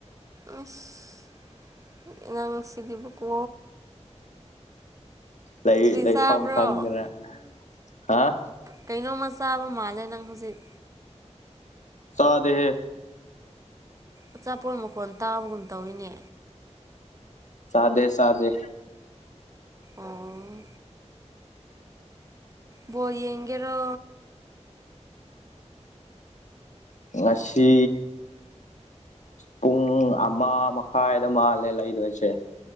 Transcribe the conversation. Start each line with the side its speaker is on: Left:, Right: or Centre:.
Right: ꯑꯥꯁ,,,, ꯅꯪ ꯁꯤꯗꯤ ꯕꯀꯣ꯫
Left: ꯂꯩ ꯂꯩꯐꯝ
Right: ꯆꯥꯕ꯭ꯔꯣ
Left: ꯈꯪꯗꯥꯗꯅꯥ ꯍꯥꯍ
Right: ꯀꯩꯅꯣꯝꯃꯥ ꯆꯥꯕ ꯃꯥꯜꯂꯦ ꯅꯪ ꯍꯧꯖꯤꯛ꯫
Left: ꯆꯥꯗꯦꯍꯦ
Right: ꯑꯆꯥꯄꯣꯠ ꯃꯈꯣꯟ ꯇꯥꯕꯒꯨꯝ ꯇꯧꯋꯤꯅꯦ꯫
Left: ꯁꯥꯗꯗꯦ, ꯁꯥꯗꯗꯦ꯫
Right: ꯑꯣꯑ ꯕꫭꯟ ꯌꯦꯒꯦꯔꯣ꯫
Left: ꯉꯡꯁꯤ꯫ ꯄꯨꯡ ꯑꯃ ꯃꯈꯥꯏꯗꯥ ꯃꯥꯜꯂꯦ ꯂꯩꯗꯣꯏꯁꯤ꯫